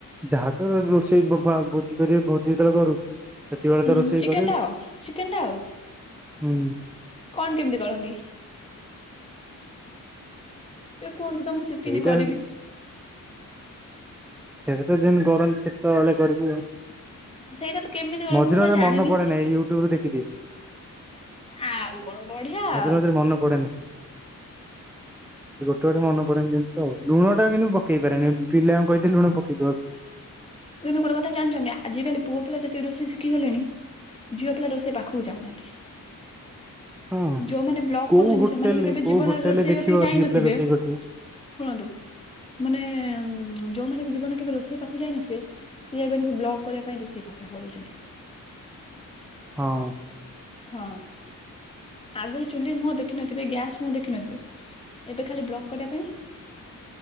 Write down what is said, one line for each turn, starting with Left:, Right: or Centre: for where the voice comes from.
Centre: ଯାହା ତ ରୋଷେଇ ଭୋଜି କରି ଭୋଜି ଯେତେବେଳେ କରୁ? ସେତିକିବେଳେ
Left: ହଁ
Centre: ତ ରୋଷେଇ
Left: ଚିକେନ
Centre: କରେ ଆଉ।
Left: ଟା ଓ ଚିକେନ ଟା ଓ
Centre: ହୁଁ।
Left: କଣ କେମିତି କରନ୍ତି? ଏ କୁହନ୍ତୁ ତ ମୁଁ ଶିଖିନି
Centre: ସେଇଟା
Left: କରିବି?
Centre: ସେଇଟାତ ଯେମିତି କରନ୍ତି ସେଠ ତଳେ କରିବି ଆଉ
Left: ସେଇଟା ତ କେମିତି କରନ୍ତି
Centre: ମଝିରେ ମଝିରେ
Left: ମୁଁ ବା ଜାଣିନି
Centre: ମନେ ପଡେ ନାହିଁ ୟୁଟ୍ୟୁବରୁ ଦେଖିଦିଏ।
Left: ଆଉ କଣ ବଢିଆ
Centre: ମଝିରେ
Left: ଆଉ।
Centre: ମଝିରେ ମନେ ପଡେନି ଯୋଉଠି ମନେ ପଡ଼େନି ଜିନିଷ ଆଉ। ଲୁଣଟା କିନ୍ତୁ ପକାଇ ପାରେନି, ପିଲାଙ୍କୁ କହି ଦିଏ ଲୁଣ ପକେଇ ଦବାକୁ।
Left: କିନ୍ତୁ ଗୋଟେ କଥା ଜାଣିଛନ୍ତି, ଆଜିକାଲି ପୁଅପିଲା ଯେତିକି ରୋଷେଇ ଶିଖିଗଲେଣି ଝିଅପିଲା ରୋଷେଇ ପାଖକୁ ଯାଉନାହାଁନ୍ତି।
Centre: ହଁ
Left: ଯୋଉମାନେ ବ୍ଲଗ୍
Centre: କୋଉ
Left: କରୁଛନ୍ତି,
Centre: ହୋଟେଲରେ
Left: ସେମାନେ ବି କେବେ
Centre: କୋଉ
Left: ଜୀବନରେ
Centre: ହୋଟେଲରେ
Left: ରୋଷେଇ
Centre: ଦେଖିବ
Left: କତିକି ଯାଇନଥିବେ,
Centre: ଝିଅ ପିଲା ରୋଷେଇ କରିଥିବେ
Left: ଶୁଣନ୍ତୁ ମାନେ ଉମ୍ ଯୋଉମାନେ ବି ଜୀବନରେ କେବେ ରୋଷେଇ ପାଖକୁ ଯାଇନଥିବେ ସିଏ ଏବେ ଟିକେ ବ୍ଲଗ୍ କରିବା ପାଇଁ ରୋଷେଇ ପାଖକୁ ପଳଉଛନ୍ତି।
Centre: ହଁ।
Left: ହଁ। ଆଗୁରୁ ଚୁଲି ମୁହଁ ଦେଖିନଥିବେ, ଗ୍ୟାସ୍ ମୁହଁ ଦେଖିନଥିବେ ଏବେ ଖାଲି ବ୍ଲଗ୍ କରିବା ପାଇଁ